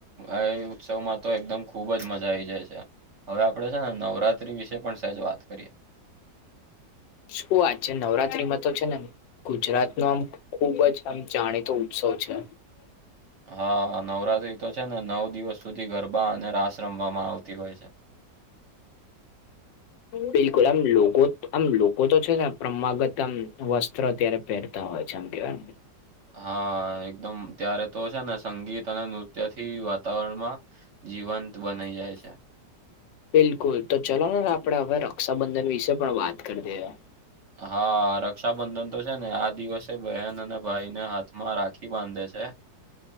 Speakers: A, on the right (about 60°); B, on the left (about 85°).
A: એ ઉત્સવમાં તો એકદમ ખુબ જ મજા આઈ જાય છે. હવે આપણેે છે ને નવરાત્રી વિશે પણ સહેજ વાત કરીએ.
B: શું વાત છે નવરાત્રીમાં તો છે ને. ગુજરાત નો આમ ખુબ જ આમ જાણીતો ઉત્સવ છે.
A: હા નવરાત્રી તો છે ને નવ દિવસ સુધી ગરબા અને રાસ રમવામાં આવતી હોય છે.
B: બિલકુલ આમ લોકો આમ લોકો તો છે ને પ્રમાગત આમ વસ્ત્ર ત્યારે. પહેરતા હોય છે આમ કેવા.
A: હા એકદમ ત્યારે તો છે ને સંગીત અને નૃત્ય થી વાતાવરણમાં. જીવંત બની જાય છે.
B: બિલકુલ તો ચલો ને આપણે હવે રક્ષાબંધન વિશે પણ વાત કરી દઈએ.
A: હા રક્ષાબંધન. તો છે ને આ દિવસે બહેન અને ભાઈને હાથમાં રાખી બાંધે છે.